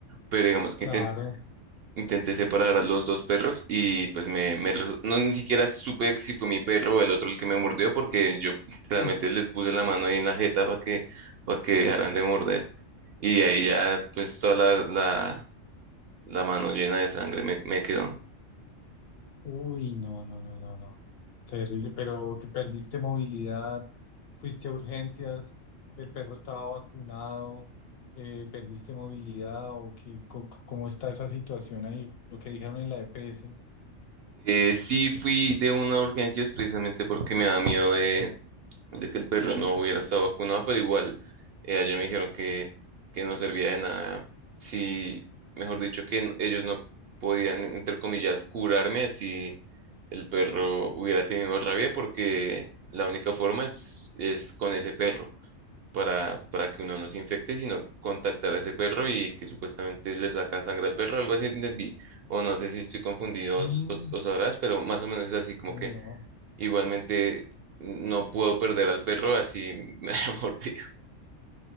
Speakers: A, on the right; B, on the left.
A: pero digamos
B: claro,
A: que inten- intenté separar a los dos perros y pues me, me resu- no ni siquiera supe si fue mi perro o el otro el que me mordió porque yo <laughs> realmente
B: uf.
A: les puse la mano ahí en la jeta para que para que dejaran de morder. Y de ahí ya, pues toda la, la, la mano llena de sangre me, me quedó.
B: Uy, no, no, no, no, no. Terrible, pero te perdiste movilidad, fuiste a urgencias, el perro estaba vacunado, eh, perdiste movilidad o qué, co- co- cómo está esa situación ahí, lo que dijeron en la EPS.
A: Eh, sí fui de una urgencia es precisamente porque me da miedo de, de que el perro no hubiera estado vacunado, pero igual eh, allá me dijeron que, que no servía de nada. Sí, mejor dicho, que n- ellos no podían, entre comillas, curarme si el perro hubiera tenido rabia, porque la única forma es, es con ese perro. para, para que uno no se infecte, sino contactar a ese perro y que supuestamente le sacan sangre al perro, algo así entendí. O no sé si estoy confundido
B: Mm,
A: o, s- o- o sabrás, pero más o menos es así como
B: uy,
A: que
B: no,
A: igualmente no puedo perder al perro, así me <laughs> ha mordido.